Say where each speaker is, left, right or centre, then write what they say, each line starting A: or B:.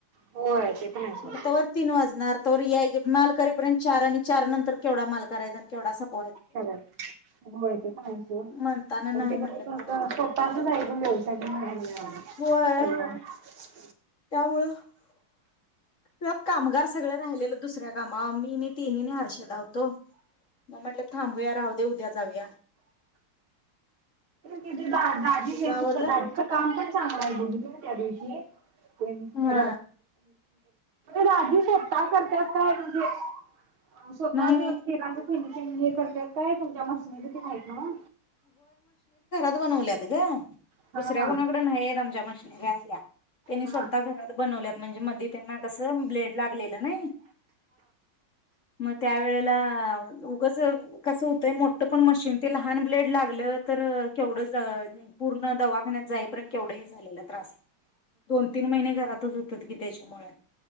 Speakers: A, on the right; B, on the left.
A: होय ते पण आहे सोड
B: म्हणलं तवर तीन वाजणार तवर याय माल करेपर्यंत चार आणि चार नंतर केवढा माल करायच केवडा सप
A: व्हय ते पण हाय सोड
B: म्हणताना नाही
A: <unintelligible>
B: म्हणलं पडू तिकडे
A: स्वतःचाच आहे ग व्यवसाय <unintelligible>
B: होय <unintelligible> त्यात कामगार सगळं राहिलेलं दुसऱ्या कामावर मी नी ती नी नं हर्षदा होतो मग म्हटलं थांबया राहू दे उद्या जाऊया.
A: तिथे दाजी
B: तुझं
A: येईल
B: आवरलं
A: फक्त दाजीच कामंपण चांगला आहे बघितलं न त्या दिवशी <inaudible> म्हणजे
B: हा
A: दाजी स्वतः करत्यात काय म्हणजे स्वतःच
B: नाही नाही
A: केला हे करतात काय तुमच्या मशनरी तर हायत नव्ह?
B: र बनवल्यात ग.
A: हा
B: दुसऱ्या
A: हा
B: कुणाकडे नाहीेत आमच्या म प्रश्री असल्या त्यांनी
A: हा
B: स्वतः घरात बनवल्यात म्हणजे मधी त्यांना कसं ब्लेड लागलेलं नई, मग त्यावेळेला उगच कसं होतंय मोठं पण मशीन ते लहान ब्लेड लागलं तर केवढं पूर्ण दवाखान्यात जाईपर्यंत केवढ हे झालेला त्रास दोन तीन महिने घरातच होतात की त्याच्यामुळे